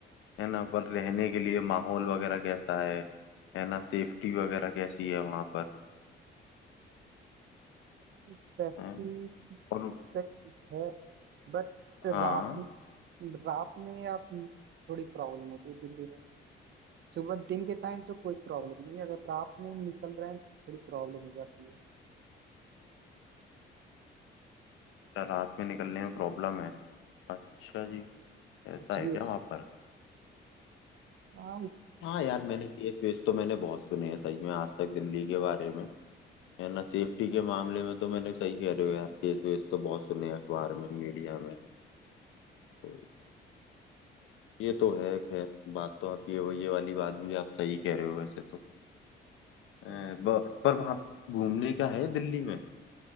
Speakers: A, on the left; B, on the right.
A: है ना पर रहने के लिए माहौल वगैरह कैसा है है ना सेफ्टी वगैरह कैसी है वहाँ पर
B: सेफ्टी
A: है और
B: से ठीक है बट रात
A: हाँ
B: में रात में आप थोड़ी प्रॉब्लम होती है दिल्ली में सुबह दिन के टाइम तो कोई प्रॉब्लम नहीं है, अगर रात में निकल रहे हैं थोड़ी प्रॉब्लम हो जाती है
A: क्या रात में निकलने में प्रॉब्लम है अच्छा जी ऐसा
B: कुछ
A: है
B: भी
A: क्या
B: हो
A: वहाँ पर
B: सकता है
A: हाँ यार मैंने केस वेस तो मैंने बहुत सुने हैं सही में आज तक दिल्ली के बारे में है ना सेफ्टी के मामले में तो मैंने सही कह रहे हो यार केस वेस तो बहुत सुने हैं अखबार में मीडिया में तो ये तो है खैर बात तो आप ये ये वाली बात भी आप सही कह रहे हो वैसे तो अ,
B: हाँ,
A: ब, पर वहां घूमने का है दिल्ली में